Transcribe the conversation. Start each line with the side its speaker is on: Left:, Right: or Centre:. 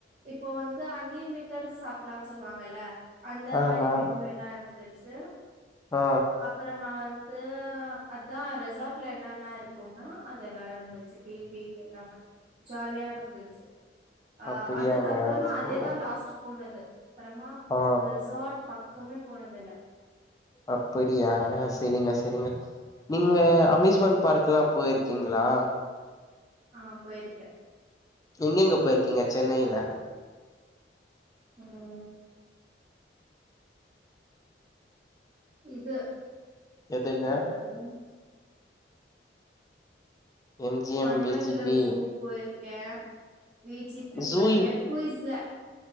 Right: இப்ப வந்து அன்லிமிட்டட் சாப்ட்லான்னு சொல்லுவாங்கல்ல அந்த
Left: ஆமா
Right: மாரி மென்யூ எல்லா இருந்து ச்சு
Left: ஆ
Right: அப்புறமா வந்து அதா ரெசார்ட்ல என்னென்ன இருக்குன்னா அதெல்லா இருந்துச்சு டிவி எல்லாமே ஜாலியா இருந்துச்சு ஆ
Left: அப்படியாங்க
Right: அதுக்கப்புறமா
Left: செரிங்க
Right: அதேதா லாஸ்ட் போனது அப்றமா
Left: ஆ
Right: ரெசார்ட் பக்கமே போனதில்ல
Left: அப்படியாங்க செரிங்க செரிங்க நீங்க அம்யூஸ்மெண்ட் பார்க் எல்லா போயிருக்கீங்களா
Right: ஆ போயிருக்க
Left: எங்க எங்க போயிருக்கீங்க சென்னையில
Right: ம் இது
Left: எதுங்க
Right: என்னாது அது
Left: M G
Right: Wonderla
Left: M P G B
Right: zoo போயிருக்கே வி ஜி பி
Left: ஜூ
Right: போயிருக்கே கூயிஸ்ல